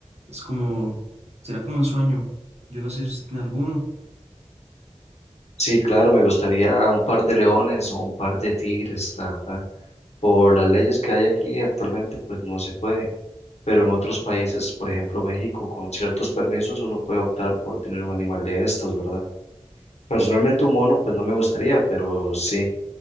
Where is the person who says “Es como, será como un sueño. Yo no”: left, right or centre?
Right